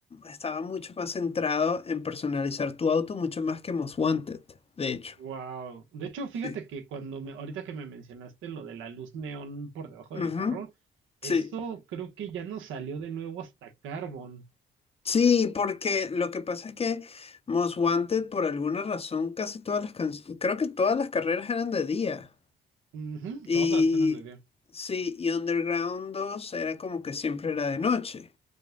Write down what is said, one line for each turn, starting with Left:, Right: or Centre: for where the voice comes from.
Left: estaba mucho más centrado en personalizar tu auto, mucho más que Most Wanted, de hecho.
Right: Wow. De hecho, fíjate
Left: Sí.
Right: que cuando me, ahorita que me mencionaste lo de la luz neón por debajo del
Left: Ujú,
Right: carro, eso
Left: Sí,
Right: creo que ya no salió de nuevo hasta Carbon.
Left: Sí, porque lo que pasa es que Most Wanted, por alguna razón, casi todas las canciones, creo que todas las carreras eran de día.
Right: Ujú,
Left: Y
Right: todas eran de día.
Left: sí, y Underground 2 era como que siempre era de noche.